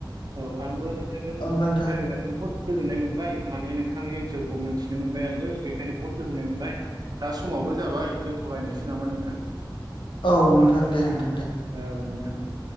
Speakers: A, on the right; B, on the left.
A: औ आंबो नोंथांजों
B: नोंथां
A: रायज्लायनानै बहुद गोजोननाय मोनबाय माने नोंथांनि ओनसोलखौ मोनथिनो मोनबाय आंबो बेखायनो बहुत गोजोननाय मोनबाय दा समावबो जाबाय दोनथ'लायनोसै नामा नोंथां
B: औ नोंथां दे नोंथां दे
A: औ नोंथां औ